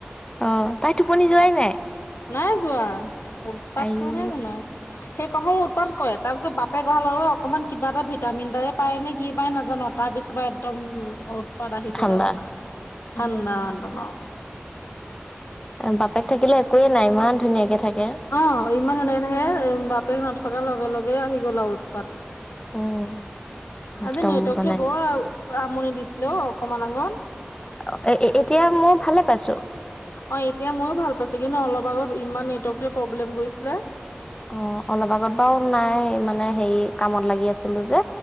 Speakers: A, on the left; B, on the left.
A: অ, তাই টোপনি যোৱাই নাই?
B: নাই যোৱা। উৎপাত
A: আইও
B: কৰা নাই জানো। সেই ক <unintelligible> উৎপাত কৰে। তাৰপিছত বাপেক অহা লগালগ অকমান কিবা এটা ভিটামিন এটায়ে পায় নে কি পায় নাজ মতা পিছৰ পৰা একদম উৎপাত আহি
A: ঠাণ্ডা
B: গ'ল আৰু ঠাণ্ডা
A: উম
B: একদম আও।
A: বাপেক থাকিলে একোৱে নাই ইমান ধুনীয়াকে থাকে।
B: অ ইমান ধুনীয়াকে থাকে। বাপেক নথকাৰ লগে লগে আহি গ'ল আৰু উৎপাত।
A: উম, একদম
B: আজি নেটৱৰ্কটো
A: মানে
B: বৰ আমনি দিছিলে অ অকমান আগত।
A: অ এ এতিয়া মোৰ ভালে পাইছো।
B: অ এতিয়া ময়ো ভাল পাইছো। কিন্তু অলপ আগত ইমান নেটৱৰ্কটোৱে প্ৰব্লেম কৰিছিলে।
A: অ অলপ আগত বাও নাই মানে হেৰি কামত লাগি আছিলো যে।